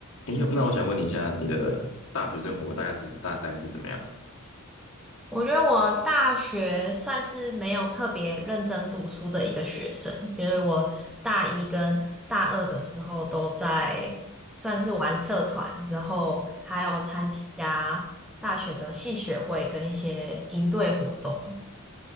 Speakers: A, on the left; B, in the centre.
A: 哎呦，那我想问你一下，你的大学生活大概是大概是怎么样啊？
B: 我觉得我大学算是没有特别认真读书的一个学生，就是我大一跟大二的时候都在算是玩社团，之后还有参加大学的系学会跟一些营队活动。